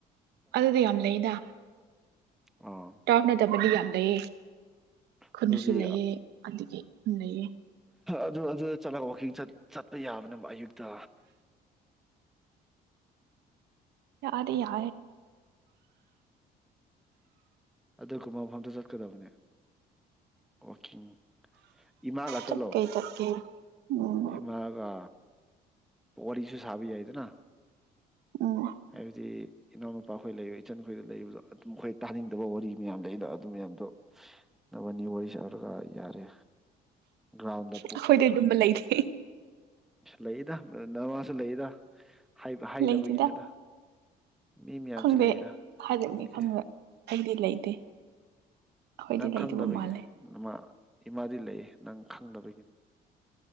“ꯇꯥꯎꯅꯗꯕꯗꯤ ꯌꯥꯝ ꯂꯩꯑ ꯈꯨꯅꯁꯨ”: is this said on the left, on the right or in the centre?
Right